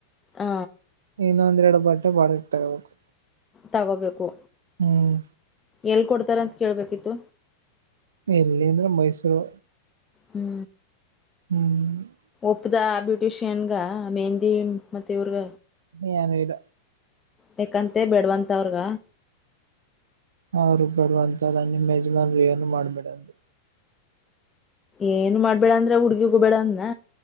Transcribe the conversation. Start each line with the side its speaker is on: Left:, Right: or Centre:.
Left: ಹ
Right: ಇಗ ಒಂದೆರಡು ಬಟ್ಟೆ ಬಳ ಬಡಿಗೆ ತಾಕಬೇಕು
Left: ತಗೋಬೇಕು
Right: ಹ್ಮ್
Left: ಎಲ್ ಕೊಡ್ತಾರ ಅಂತ ಕೇಳ್ಬೇಕಿತ್ತು
Right: ಎಲ್ಲಿ ಅಂದ್ರೆ ಮೈಸೂರು
Left: ಹ್ಮ್
Right: ಹ್ಮ್
Left: ಉಪ್ಪದ ಬ್ಯೂಟಿಷಿಯನ್ಗ ಮೆಹಂದಿ ಮತ್ತೆ ಇವ್ರಗ
Right: ನೀ ನ್ ಇಡ
Left: ಯಏಕಂತ ಬೇಡ್ವಂತ ಅವ್ರಗ
Right: ಅವರು ಬರುವರುವಂತ ನಿಮ್ಮ ಯಜಮಾನ್ರಿ ಏನು ಮಾಡ್ಬೇಡದು
Left: ಏನು ಮಾಡ್ಬೇಡ ಅಂದ್ರ ಹುಡ್ಗಿ ಹೋಗಬೇಡಂದನ